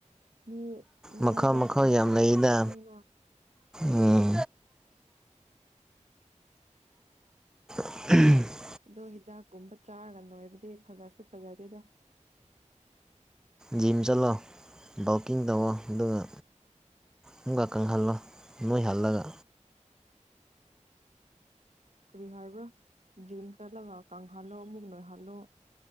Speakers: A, on the right (about 60°); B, in the centre.
A: ꯃꯤ ꯅꯣꯏꯕꯒꯤ
B: ꯃꯈꯜ ꯃꯈꯜ
A: ꯍꯤꯗꯥꯛ
B: ꯌꯥꯝ
A: ꯑꯗꯨꯝ
B: ꯂꯩꯗ
A: ꯆꯥꯏꯅ
B: ꯎꯝ <unintelligible>
A: ꯑꯗꯣ ꯍꯤꯗꯥꯛꯀꯨꯝꯕ ꯆꯥꯔꯒ ꯅꯣꯏꯕꯗꯤ ꯐꯖꯁꯨ ꯐꯖꯗꯦꯗ
B: ꯖꯤꯝ ꯆꯠꯂꯣ ꯋꯥꯀꯤꯡ ꯇꯧꯋꯣ ꯑꯗꯨꯒ ꯨꯃꯨꯛꯀ ꯀꯪꯍꯜꯂꯣ ꯅꯣꯏꯍꯜꯂꯒ
A: ꯀꯔꯤ ꯍꯥꯏꯕ꯭ꯔ ꯖꯤꯝꯇ ꯀꯪꯍꯜꯂꯣ ꯑꯃꯨꯛ ꯅꯣꯏꯍꯜꯂꯣ